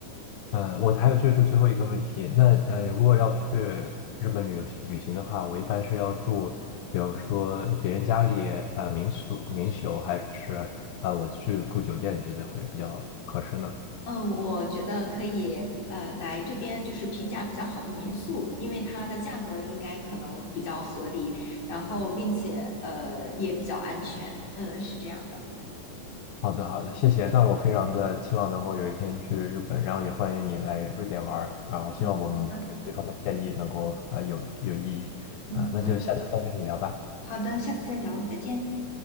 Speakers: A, on the left; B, on the left.
A: 呃，我还有就是最后一个问题，那呃，如果要去日本旅游旅行的话，我一般是要住，比方说别人家里呃民宿民宿，还是呃我去住酒店，你觉得会比较合适呢？
B: 嗯，我觉得可以，呃，来这边就是评价比较好的民宿，因为它的价格应该可能比较合理，然后并且呃也比较安全，嗯，是这样的。
A: 好的，好的，谢谢。那我非常的期望能够有一天去日本，然后也欢迎你来瑞典玩儿，然后希望我们给对方的建议能够啊、
B: 嗯，好的，
A: 呃有有意义啊、
B: 嗯，
A: 那就下次再跟你聊吧，
B: 好的，好的，下次再聊，再见。